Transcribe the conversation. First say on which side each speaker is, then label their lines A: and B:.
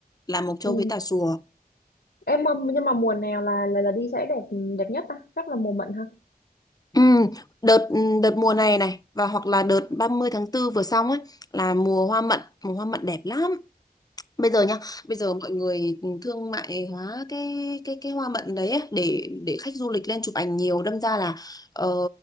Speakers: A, on the left; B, on the left.
A: là Mộc Châu
B: ừ.
A: với Tà Xùa
B: em mà- nhưng mà mùa nào là là, là đi sẽ đẹp đẹp nhất ta chắc là mùa mận ha
A: ừ, đợt đợt mùa này này và hoặc là đợt ba mươi tháng 4 vừa xong ấy là mùa hoa mận mùa hoa mận đẹp lắm bây giờ nhá bây giờ mọi người thương mại hóa cái cái cái hoa mận đấy ấy, để để khách du lịch lên chụp ảnh nhiều đâm ra là ờ,